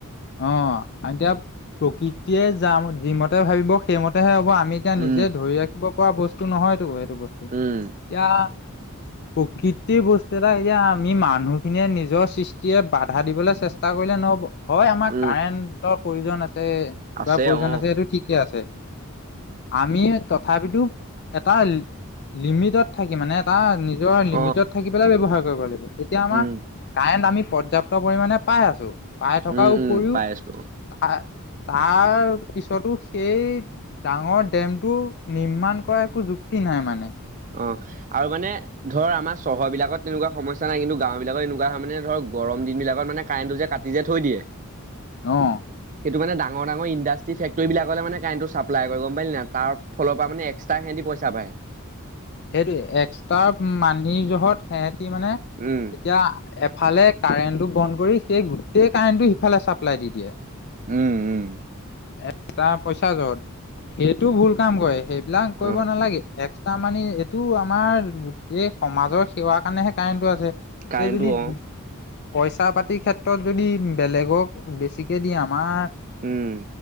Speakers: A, on the left; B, on the right.
A: অ', এতিয়া প্ৰকৃতিয়ে যাম যিমতে ভাবিব সেইমতেহে হ'ব। আ মি এতিয়া
B: উম
A: নিজে ধৰি ৰাখিব পৰা বস্তু নহয়টো এইটো বস্তু
B: উম।
A: এতিয়া প্ৰকৃতিৰ বস্তু এটা এতিয়া আমি মানুহখিনিয়ে নিজৰ সৃষ্টিৰে বা ধা দিবলৈ চেষ্টা কৰিলে নহব। হয় আমাৰ
B: উম
A: কাৰেণ্টৰ প্ৰয়োজন আছে, কিবা
B: আছে
A: প্ৰয়োজন
B: অ
A: আছে সেইটো ঠিকে আছে আমি তথাপিতো এটা লিমিটত থাকি মানে এটা নিজৰ লিমিটত
B: অ
A: থাকি পেলাই ব্যৱহাৰ কৰিব লাগিব। যেতিয়া আমাৰ
B: উম
A: কাৰেণ্ট আমি পৰ্যাপ্ত পৰ্যাপ্ত পৰিমানে পাই আছো, পাই থকাৰ
B: উম
A: উপৰিও
B: উম পাই আছো অ
A: আ তাৰ পিছতো সেই ডাঙৰ ডেমটো নিৰ্মাণ কৰা একো যুক্তি নাই মানে।
B: অ, আৰু মানে ধৰ আমাৰ চহৰবিলাকত তেনেকুৱা সমস্যা নাই কিন্তু গাঁও বিলাকত এনেকুৱা হয় মানে ধৰ গৰমদিন বিলাকত মানে কাৰেণ্টটো যে কাট টি যে থৈ দিয়ে,
A: অ',
B: সেইটো মানে ডাঙৰ ডাঙৰ ইণ্ডা ট্ৰী ফেক্টৰী বিলাকলে মানে কাৰেন্টো চাপলাই কৰে গম পালি নাই? তাৰ ফলত মানে এক্সট্ৰা সিহঁতে পইচা পায়।
A: সেইটো এক্সট্ৰা মানীৰ জহত সিহতি মানে যেতিয়া
B: উম
A: এফালে কাৰেণ্টো বন্ধ কৰি সেই গোটেই কাৰেণ্টো সিফালে চাপ্লাই দি দিয়ে
B: উম, উম।
A: এক্সট্ৰা পইচা য'ত, সেইটো ভুল কাম কৰে, সেইবিলাক কৰিব
B: অ
A: নালাগে এক্সট্ৰা মানে এইটো আমাৰ গোটেই সমাজৰ সেৱাৰ কাৰণেহে কাৰেণ্টো আছে। এতিয়া
B: কাৰেণ্টটো
A: যদি
B: অ
A: পইচা- পাতি ক্ষেত্ৰত যদি বেলেগক বেছিকে দিয়ে আমাৰ
B: উম